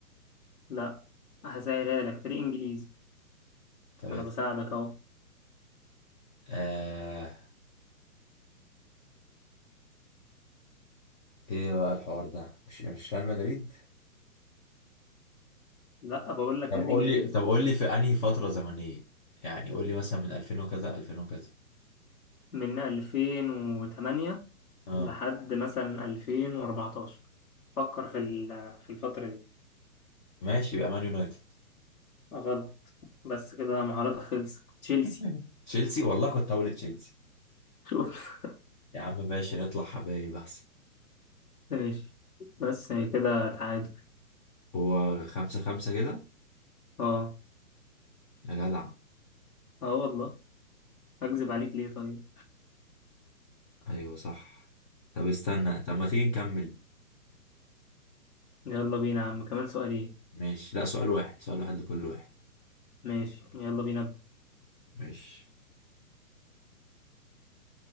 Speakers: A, on the left; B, on the left.
A: لا هسهلها لك فريق انجليزي
B: طب
A: انا بساعدك اهو
B: آه ايه بقى الحوار ده مش مش ريال مدريد
A: لا بقول لك
B: طب
A: نادي
B: قول
A: انجليزي
B: لي طب قول لي في انهي فترة زمنية يعني قول لي مثلا من 2000 وكذا 2000 وكذا
A: من 2008
B: اه
A: لحد مثلا 2014 فكر في ال- في الفترة دي
B: ماشي يبقى مان يونايتد
A: غلط بس كده مهاراتك خلصت تشيلسي
B: <laughs> تشيلسي والله كنت هقول تشيلسي
A: شوف
B: يا عم ماشي نطلع حبايب احسن
A: <laughs> ماشي بس هي كده تعادل
B: هو خمسة خمسة كده
A: اه
B: يا جدع
A: اه والله اكذب عليك ليه طيب
B: ايوه صح طب استنى طب ما تيجي نكمل
A: يلا بينا يا عم كمان سؤالين
B: ماشي لا سؤال واحد سؤال واحد لكل واحد
A: ماشي يلا بينا ابدا
B: ماشي